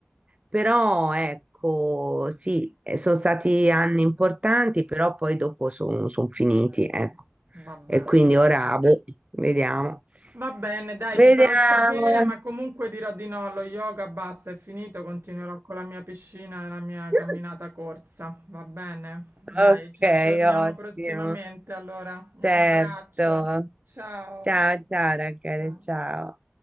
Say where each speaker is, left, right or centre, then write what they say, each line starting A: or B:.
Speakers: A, on the right (about 30°); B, on the right (about 70°).
A: però ecco, sì, eh, sono stati anni importanti, però poi dopo sono finiti,
B: sì.
A: ecco.
B: Vabbè.
A: E quindi ora, boh, vediamo.
B: Va bene, dai,
A: Vediamo.
B: ti farò sapere, ma comunque dirò di no, lo yoga basta, è finito, continuerò con la mia piscina e la mia
A: <laughs>
B: camminata corsa. Va bene? Dai,
A: Ok,
B: ci aggiorniamo
A: ottimo.
B: prossimamente, allora. Un
A: Certo.
B: abbraccio. Ciao.
A: Ciao, ciao ragazzi,
B: Ciao.
A: ciao.